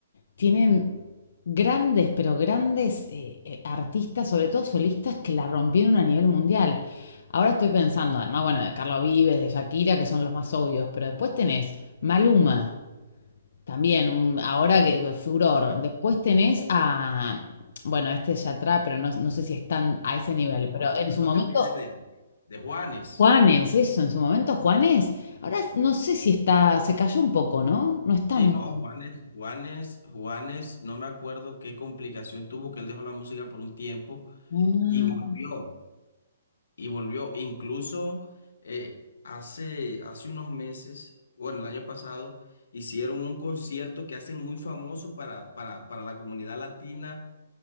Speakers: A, on the left (about 60°); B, on the left (about 80°).
A: Tienen grandes, pero grandes eh, eh, artistas, sobre todo solistas, que la rompieron a nivel mundial. Ahora estoy pensando, además, bueno, de Carlos Vives, de Shakira, que son los más obvios, pero después tenés Maluma, también, un- ahora que, que furor.
B: Bueno,
A: Después tenés a, bueno, este es Yatra, pero no, no sé si están a ese nivel,
B: sí.
A: pero en su
B: No
A: momento,
B: te olvides de, de Juanes.
A: Juanes, eso, en su momento Juanes, ahora no sé si está, se cayó un poco, ¿no? No está
B: Sí,
A: muy...
B: no, Juanes, Juanes, Juanes, no me acuerdo qué complicación tuvo que él dejó la música por un tiempo,
A: Ah,
B: Y volvió, y volvió. Incluso eh, hace, hace unos meses, bueno, el año pasado, hicieron un concierto que hacen muy famoso para, para, para la comunidad latina